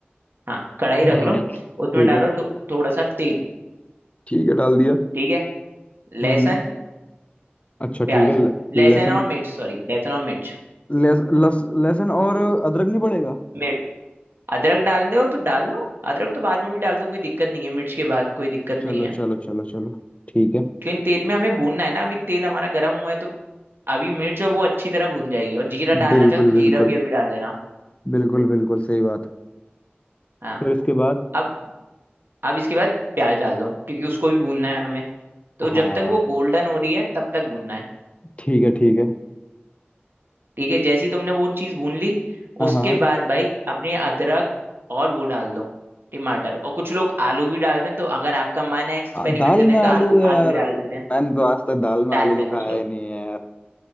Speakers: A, on the right; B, on the left.
A: हाँ कढ़ाई रख लो
B: हाँ ठीक
A: उसमें डालो
B: है
A: थो, थोड़ा सा तेल
B: ठीक है डाल दिया
A: ठीक है लहसुन
B: हम्म हम्म। अच्छा
A: प्याज
B: ठीक है ल- लहसुन
A: लहसुन और मिर्च सॉरी लहसुन और मिर्च
B: लहस, लहस, लहसुन और अदरक नहीं पड़ेगा
A: मिर्च अदरक डाल दो तो डाल लो अदरक तो बाद में भी डाल दो कोई दिक्कत नहीं है मिर्च के बाद कोई दिक्कत
B: चलो
A: नहीं है
B: चलो चलो चलो ठीक है
A: क्योंकि तेल में हमें भूनना है ना अभी तेल हमारा गर्म हुआ है तो अभी मिर्च और वो अच्छी तरह भून जाएगी और जीरा डालना
B: बिल्कुल
A: चाहो तो जीरा
B: बिल्कुल
A: भी अभी डाल देना
B: बिल्कुल बिल्कुल सही बात
A: हाँ
B: फिर इसके बाद
A: अब अब इसके बाद प्याज डाल दो क्योंकि उसको भी भूनना है हमें तो
B: हाँ
A: जब तक वो गोल्डन हो रही है तब तक भूनना है
B: ठीक है ठीक है
A: ठीक है जैसे ही तुमने वो चीज़ भून ली
B: हाँ
A: उसके
B: हाँ
A: बाद भाई अपने अदरक और वो डाल दो टमाटर और कुछ लोग आलू भी डाल दें तो अगर आपका मन है एक्सपेरिमेंट
B: आ, दाल
A: करने
B: में
A: तो
B: आलू
A: आलू
B: यार
A: आलू भी डाल सकते हैं
B: मैंने तो आज तक दाल में
A: डालते
B: आलू तो
A: हैं कुछ
B: खाया
A: लोग
B: ही नहीं है यार